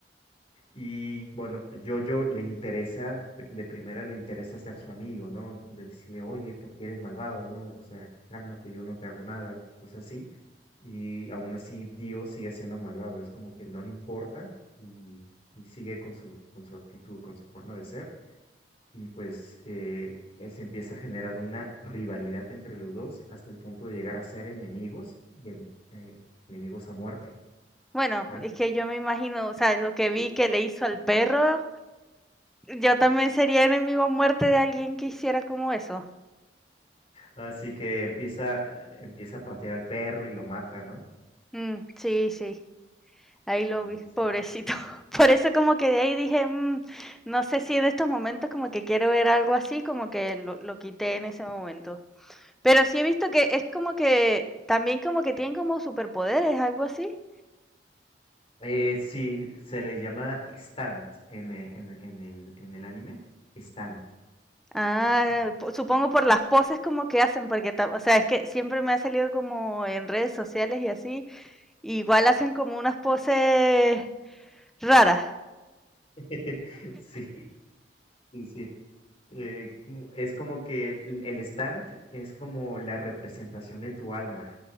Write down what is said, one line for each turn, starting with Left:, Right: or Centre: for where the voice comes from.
Left: Y bueno, Jojo le interesa, de primera le interesa ser su amigo, ¿no? De decirle, oye, ¿por qué eres malvado? ¿No? O sea, cálmate, yo no te hago nada, cosas así. Y aún así, Dio sigue siendo malvado, es como que no le importa y, y sigue con su, con su actitud, con su forma de ser y pues eh, eh, se empieza a generar una rivalidad entre los dos hasta el punto de llegar a ser enemigos, de, eh, enemigos a muerte.
Centre: Bueno,
Left: ¿ah?
Centre: es que yo me imagino, o sea, lo que vi que le hizo al perro, yo también sería enemigo a muerte de alguien que hiciera como eso.
Left: Así que empieza, eh, empieza a patear al perro y lo mata, ¿no?
Centre: Mm, sí, sí, ahí lo
Left: Y-
Centre: vi,
Left: y sí,
Centre: pobrecito. <laughs> Por eso como que de ahí dije, "Mm, no sé si en estos momentos como que quiero ver algo así, como que lo, lo quité en ese momento. Pero sí he visto que es como que también como que tienen como superpoderes, algo así.
Left: Eh, sí, se le llama stand en, e- en- en el, en el anime, stand.
Centre: Ah,
Left: eh, ajá.
Centre: po- supongo por las poses como que hacen, porque, ta- o sea, es que siempre me ha salido como en redes sociales y así, igual hacen como unas poses raras.
Left: <laughs> Sí, Sí, sí. Eh, como- es como que el, el stand es como la representación de tu alma,